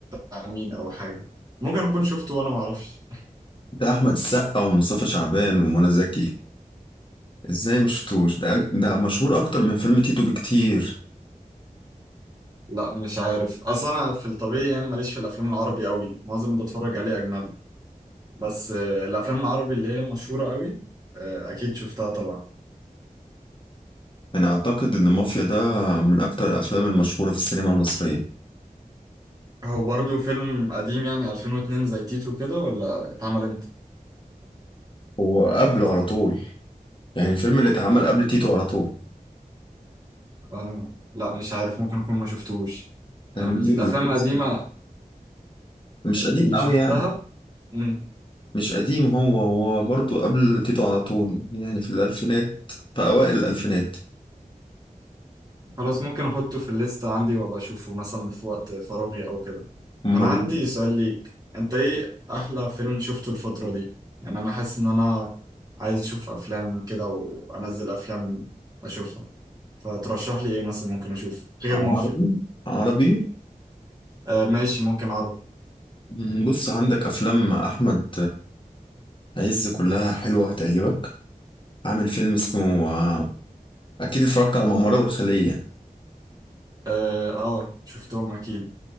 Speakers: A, on the right; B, on the left.
A: بتاع مين او حاجه ممكن اكون شفته وانا ما اعرفش
B: ده احمد السقا ومصطفى شعبان ومنى زكي ازاي ما شفتوش ده أج- ده مشهور اكتر من فيلم تيتو بكتير
A: لا مش عارف اصل انا في الطبيعي يعني ماليش في الافلام العربي قوي معظم اللي بتفرج عليه اجنبي بس آه، الافلام العربي اللي هي المشهوره قوي آه، اكيد شفتها طبعا
B: انا اعتقد ان مافيا ده من اكتر الافلام المشهورة في السينما المصرية
A: هو برضو فيلم قديم يعني 2002 زي تيتو كده ولا اتعمل امتى؟
B: هو قبله على طول يعني الفيلم اللي اتعمل قبل تيتو على طول
A: آه. لا مش عارف ممكن اكون ما شفتوش يعني
B: يعني نزل
A: الافلام
B: القدس
A: القديمة
B: مش
A: اللي
B: قديم قوي
A: شفتها
B: يعني
A: مم.
B: مش قديم هو هو برضه قبل تيتو على طول يعني في الألفينات في أوائل الألفينات
A: خلاص ممكن احطه في الليستة عندي وابقى اشوفه مثلا في وقت فراغي او كده
B: أمال
A: انا عندي سؤال ليك انت ايه احلى فيلم شفته الفترة دي يعني انا حاسس ان انا عايز اشوف افلام كده وانزل افلام اشوفها فترشح لي ايه مثلا ممكن اشوف غير
B: عربي
A: مافيا
B: عربي
A: آه ماشي ممكن عربي
B: مم، بص عندك أفلام أحمد عز كلها حلوة هتعجبك عامل فيلم اسمه آه، أكيد اتفرجت على الممر والخلية
A: اه آه، شفتهم اكيد